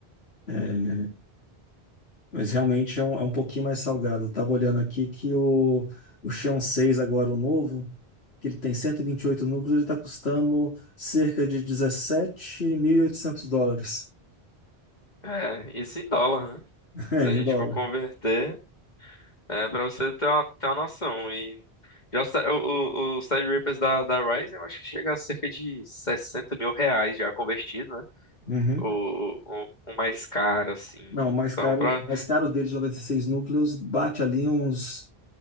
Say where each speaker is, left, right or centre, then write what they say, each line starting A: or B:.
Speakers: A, on the left; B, on the left.
A: é, Mas realmente é um, é um pouquinho mais salgado. Eu tava olhando aqui que o, o Xeon seis agora, o novo, que ele tem 128 núcleos, ele está custando cerca de 17.800 dólares.
B: É, isso em dólar, né?
A: <laughs> É,
B: Se
A: em
B: a gente
A: dólar.
B: for converter, é pra você ter uma, ter uma noção. E já os, Ti- o- o- os Tide Reapers da, da Ryzen, eu acho que chega a cerca de sessenta mil reais já convertido, né?
A: Uhum.
B: O, o, o mais caro, assim.
A: Não, o mais
B: Então,
A: caro,
B: pra.
A: o mais caro deles, 96 núcleos, bate ali uns,